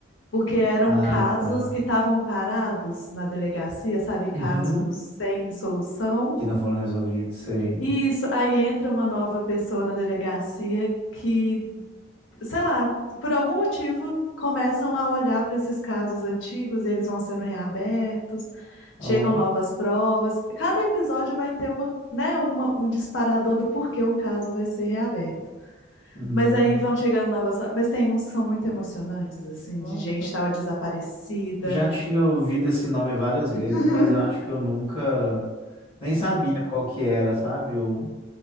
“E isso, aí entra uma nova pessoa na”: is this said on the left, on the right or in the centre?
Left